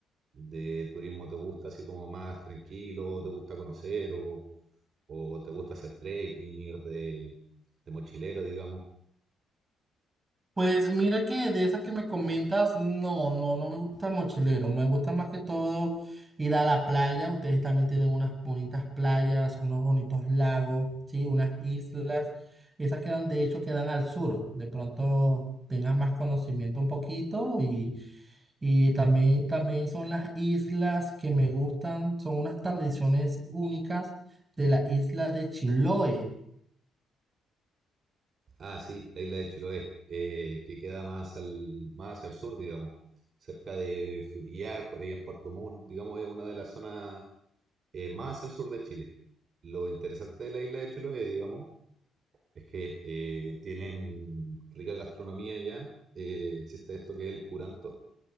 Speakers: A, on the right (about 45°); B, on the right (about 25°).
A: de turismo te gusta? Así como más tranquilo, te gusta conocer o, o te gusta hacer trekking, ir de, de mochilero, digamos.
B: Pues mira que de esas que me comentas, no, no, no me gusta el mochilero, me gusta más que todo ir a la playa, ustedes también tienen unas bonitas playas, unos bonitos lagos, sí, unas islas, esas quedan, de hecho, quedan al sur, de pronto tengas más conocimiento un poquito y, y también, también son las islas que me gustan, son unas tradiciones únicas de la isla de Chiloé.
A: Ah, sí, la isla de Chiloé, eh, que queda más, al, más hacia el sur, digamos cerca de Frutillar, por ahí en Puerto Montt, digamos, es una de las zonas eh, más hacia el sur de Chile. Lo interesante de la isla de Chiloé, digamos, es que eh, tienen rica gastronomía ya. Eh, existe esto que es el curanto,